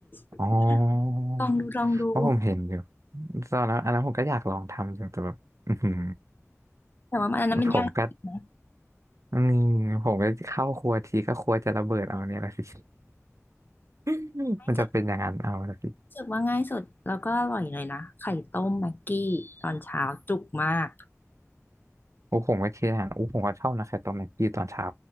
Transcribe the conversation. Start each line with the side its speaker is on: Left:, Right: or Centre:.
Left: ่
Right: อ๋อ
Left: ลองดูลองดู
Right: เพราะผมเห็นอยู่ตอนนั้นอันนั้นผมก็อยากลองทำอยู่แต่แบบอือหือ
Left: แต่ว่ามันอันนั้นมันยากจริงนะ
Right: ผมก็ อืมผมก็เข้าครัวทีก็ครัวจะระเบิดเอาเนี่ยละสิ <laughs>
Left: ง่ายสุด
Right: มันจะเป็นอย่างนั้นเอาละสิ
Left: รู้สึกว่าง่ายสุดแล้วก็อร่อยเลยนะไข่ต้มแม็กกี้ตอนเช้าจุกมาก
Right: โอ้ผมก็เคยอาหารโอ้ผมก็ชอบนะไข่ต้มแม็กกี้ตอนเช้า